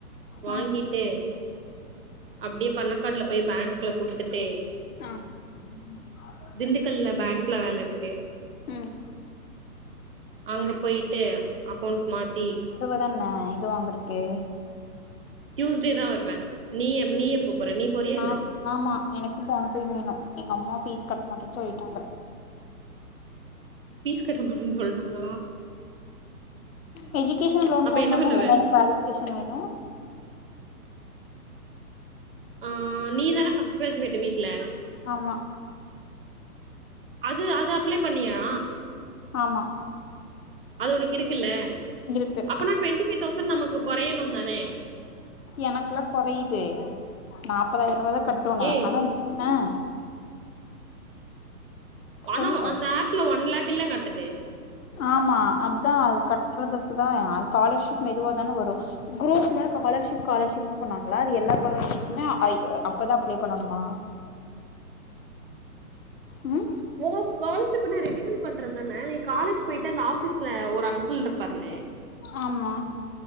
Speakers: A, on the right (about 35°); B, on the left (about 60°).
A: வாங்கிட்டு
B: ஆ
A: அப்டியே பண்ண காட்ல போய் பேங்க்ல குடுத்துட்டு
B: ஆ ம்
A: திண்டுக்கல்ல பேங்க்ல வேலருக்கு
B: ம்
A: அங்க போயிட்டு அக்கௌண்ட் மாத்தி
B: தன்ன இது வாங்கறத்கே
A: டியூஸ்டே தா வருவே நீ எப் நீ எப்ப போற நீ போறியா
B: ஆ
A: என்ன
B: ஆமா எனக்கு போனஃபை வேணு எங்க அம்மா ஃபீஸ் கட்ட மாட்டேன் சொல்லிட்டாங்க
A: ஃபீஸ் கட்ட மாட்டேன்னு சொல்லிட்டாங்களா
B: அ எஜுகேஷன் லோன்
A: அப்ப
B: போடணுன்னா
A: என்ன பண்ணுவ
B: என்னன்ன குவாலிபிகேஷன் வேணு
A: ஆ நீ தான ஃபஸ்ட் க்ராஜுவேட்டு வீட்ல
B: ஆமா
A: அது அது அப்ளை பண்ணியா
B: ஆமா
A: அது உனக்கு இருக்குல்ல
B: இருக்கு
A: அப்போனா டுவெண்டி ஃபைவ் தௌசண்ட் நமக்கு கொறையணு தானே
B: எனக்குல்லா கொறையுதே நாப்பதாயிரோ ரூபா தா கட்டுண
A: ஏய்
B: ஆனா இப் ஆ
A: பணோ
B: சொல்லு
A: அந்த ஆப்ல ஒன் லேக்ல்ல காட்டுது
B: ஆமா அதா அது கட்டுறதுக்கு தா அ காலர்ஷிப் மெதுவா தான வரு குரூப்ல காலர்ஷிப் காலர்ஷிப்னு சொன்னாங்களா அது எல்லா காலர்ஷிப்புமே அப்பதா ஐ அ அப்ளை பண்ணனுமா ம்
A: ஓ ஸ்காலர்ஷிப்னா ரெனிவல் பண்றதுதான நீ காலேஜ் போயிட்டு அந்த ஆஃபீஸ்ல ஒரு அங்கிள் இருப்பாருலே
B: ஆமா